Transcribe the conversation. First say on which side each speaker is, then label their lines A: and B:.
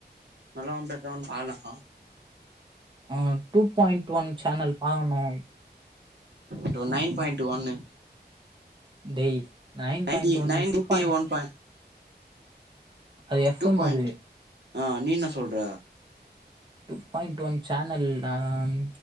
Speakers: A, on the right; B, on the right.
A: நல்லவன் பெட்டவன் பாலக
B: ஆ டூ பாயிண்ட் ஒன் சேனல் பாகணு
A: டு நைன் பாயிண்ட் ஒன்னு
B: டேய் nine
A: ninety
B: point one
A: ninety
B: two point
A: one point
B: அது எஃப்
A: டூ
B: எம்
A: பாயிண்ட்
B: அது
A: ஆ நீ என்ன சொல்ற
B: டூ பாயிண்ட் ஒன் சானல் ஆம்